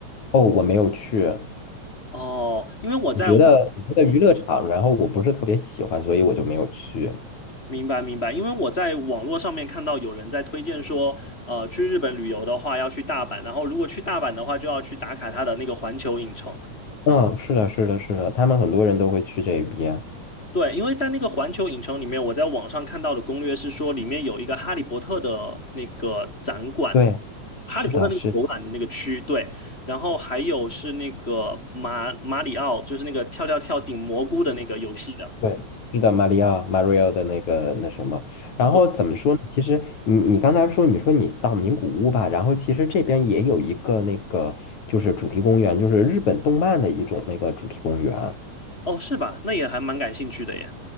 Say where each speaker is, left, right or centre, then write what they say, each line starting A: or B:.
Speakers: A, on the left; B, on the left.
A: 哦，我没有去。
B: 哦，因为我在网，
A: 我觉得我觉得娱乐场，
B: 嗯，
A: 然后我不是特别喜欢，所以我就没有去。
B: 明白明白，因为我在网络上面看到有人在推荐说，呃，去日本旅游的话要去大阪，然后如果去大阪的话就要去打卡它的那个环球影城。
A: 嗯，是的，是的，是的，他们很多人都会去这边。
B: 对，因为在那个环球影城里面，我在网上看到的攻略是说，里面有一个哈利波特的那个展馆，
A: 对，
B: 哈利波特那个游览的那个区，
A: 是的，是的，
B: 对，然后还有是那个马马里奥，就是那个跳跳跳顶蘑菇的那个游戏的，
A: 对，是的，马里奥，马里奥的那个那什么。然后怎么说呢？
B: 对，
A: 其实你你刚才说，你说你到名古屋吧，然后其实这边也有一个那个就是主题公园，就是日本动漫的一种那个主题公园。
B: 哦，是吧？那也还蛮感兴趣的耶。